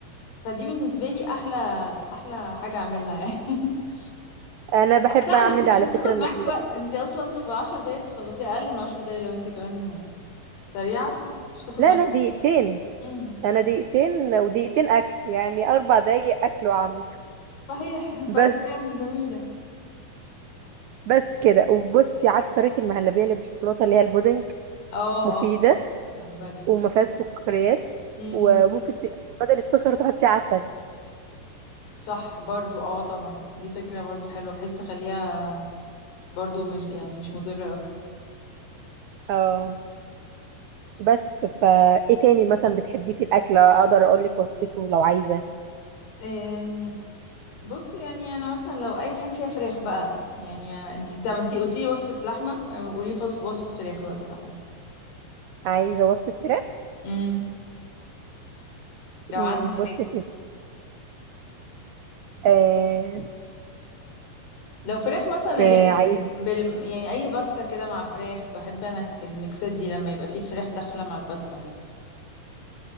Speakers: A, on the left; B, on the right.
A: فدي بالنسبة لي أحلى أحلى حاجة أعملها يعني <laughs>
B: انا بحب
A: سهل
B: اعمل
A: مش
B: على
A: هتاخد
B: فكره
A: معاكي
B: المحلات
A: وقت انت أصلا في عشر دقايق تخلصيها أقل من عشر دقايق لو انت كمان سريعة مش هتاخد
B: لا
A: معاكي
B: انا دقيقتين
A: امم
B: انا دقيقتين ودقيقتين اكل يعني اربع دقايق اكل واعمل
A: صحيح <laughs> فدي
B: بس
A: يعني جميلة
B: بس كده وبصي عارفه طريقه المهلبيه اللي بالشوكولاته اللي هي البودنج
A: اه
B: مفيده
A: اه بحبها جدا
B: وما فيهاش سكريات
A: امم
B: وممكن ت- بدل السكر تحطي عسل
A: صح برضو اه طبعا دي فكرة برضو حلوة بحيث تخليها برضو مش يعني مش مضرة أوي
B: اه بس فا ايه تاني مثلا بتحبيه في الاكل اقدر اقول لك وصفته لو عايزه
A: أم، بص يعني انا مثلا لو اي حاجه فيها فراخ بقى يعني انت انت عملتي قلتي لي وصفه لحمه آه، قولي لي وصفه فراخ بقى تبقى
B: عايزه وصفه فراخ
A: حلوه لو
B: امم
A: عندك
B: بصي
A: حاجة
B: يا ستي آه
A: لو فراخ مثلا أنا
B: آه،
A: ليه
B: عايز
A: بال... يعني أي باستا كده مع فراخ بحب أنا الميكسات دي لما يبقى فيه الفراخ داخلة مع الباستا مثلا